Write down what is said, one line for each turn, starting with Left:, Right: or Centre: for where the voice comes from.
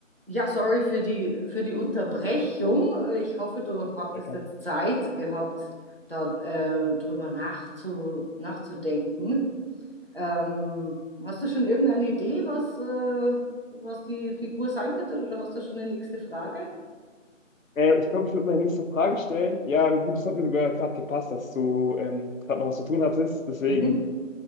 Right: Ja, sorry für die, für die Unterbrechung. Ich hoffe, du hattest
Left: Hey, Cam.
Right: jetzt Zeit gehabt, da äh, drüber nachzu, nachzudenken. Ähm, hast du schon irgendeine Idee, was, äh, was die Figur sein könnte, oder hast du schon eine nächste Frage?
Left: Äh, ich glaube, ich würde meine nächste Frage stellen. Ja, gut, das hat mir sogar gerade gepasst, dass du ähm, gerade noch was zu tun hattest. Deswegen
Right: Mhm.